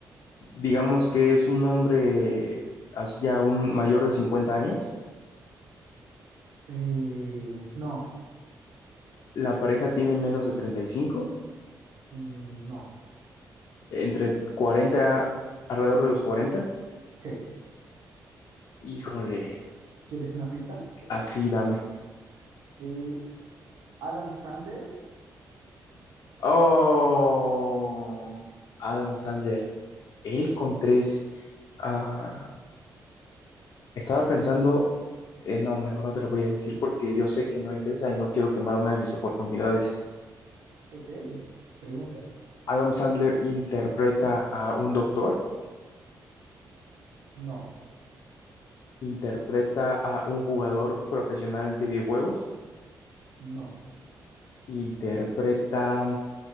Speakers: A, on the left; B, on the right.
A: digamos que es un hombre así ya un mayor de 50 años,
B: Eh, no,
A: la pareja tiene menos de treinta y cinco
B: mm, no,
A: entre cuarenta alrededor de los cuarenta
B: sí.
A: Híjole,
B: ¿Quieres una pista?
A: así dame.
B: Eh, s- Adam Sander.
A: Oh, Adam Sandler, él con tres. ah, estaba pensando, eh, no, mejor no te lo voy a decir porque yo sé que no es esa y no quiero quemar una de mis oportunidades.
B: Ok, pregunta.
A: Adam Sandler interpreta a un doctor
B: No,
A: Interpreta a un jugador profesional de videojuegos.
B: no.
A: Interpreta.